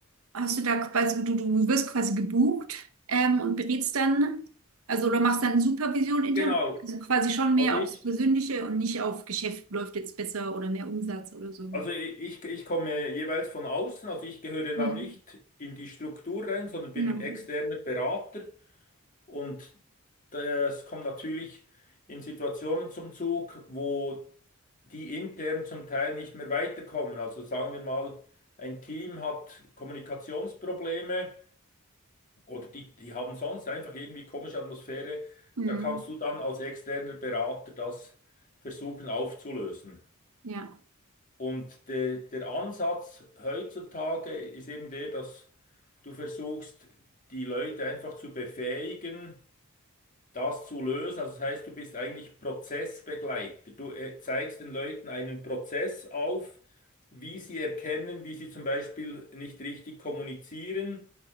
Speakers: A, on the right; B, on the left.
A: hast du da quasi, also du, du wirst quasi gebucht ähm, und berätst dann, also oder machst dann Supervision intern,
B: Genau.
A: also quasi schon
B: Also
A: mehr
B: ich,
A: aufs Persönliche und nicht auf Geschäft läuft jetzt besser oder mehr Umsatz oder so.
B: also ich, ich komme jeweils von außen, also ich gehöre dann
A: Mhm.
B: nicht in die Struktur rein, sondern bin
A: Genau.
B: externer Berater und das kommt natürlich in Situationen zum Zug, wo die intern zum Teil nicht mehr weiterkommen. Also sagen wir mal, ein Team hat Kommunikationsprobleme. Oder die, die haben sonst einfach irgendwie komische Atmosphäre.
A: Mhm.
B: Da kannst du dann als externer Berater das versuchen aufzulösen.
A: Ja.
B: Und de, der Ansatz heutzutage ist eben der, dass du versuchst, die Leute einfach zu befähigen, das zu lösen. Also das heißt, du bist eigentlich Prozessbegleiter. Du äh, zeigst den Leuten einen Prozess auf, wie sie erkennen, wie sie zum Beispiel nicht richtig kommunizieren